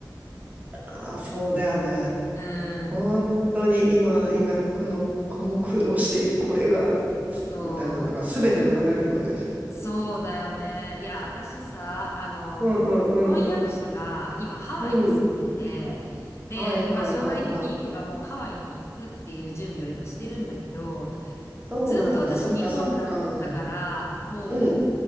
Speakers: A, on the right; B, on the left.
A: ああ、そうだよね。
B: う
A: 本当に今、
B: ん。
A: 今、この、この苦労しているこれが、すみたいなのが全てなくなるってことでしょ。
B: そう。そうだよね。いや、私さ、あの、
A: うんうんうん。
B: 婚約者が今ハワイに住んでて、
A: うん。
B: で、
A: はいはいはいはい。
B: まあ将来的にっていうかもうハワイに行くっていう準備を今してるんだけど、
A: そうなんだ。
B: ずっと私日本だったから、
A: そっかそっか。
B: も
A: うん。